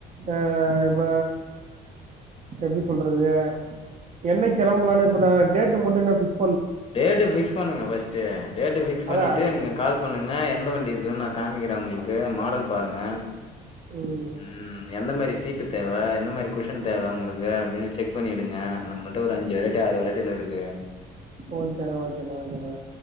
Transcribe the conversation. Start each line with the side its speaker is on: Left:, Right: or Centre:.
Right: அ இப்ப இப்ப எப்டி சொல்றது என்னைக் கெளம்பலான்னு இப்ப நா டேட்டு மட்டுந்தா பிக்
Left: டேட்டு ஃபிக்ஸ் பண்ணுங்க ஃப்ஸ்ட்டு டேட்டு ஃபிக்ஸ்
Right: அதா
Left: பண்ணிட்டு நீங்க கால் பண்ணுங்க எந்த வண்டி இருக்குன் நா காமிக்கிறே உங்களுக்கு மாடல் பாருங்க
Right: ம்
Left: ம் எந்த மாரி சீட்டு தேவ எந்த மாரி குஷன் தேவ உங்களுக்கு அப்டின்னு செக் பண்ணிடுங்க நம்ம ள்ட அஞ்சு வெரட்டி ஆறு வெரைட்டில இருக்கு
Right: ஓக்கேண்ணா ஓக்கேண்ணா ஓகேண்ணா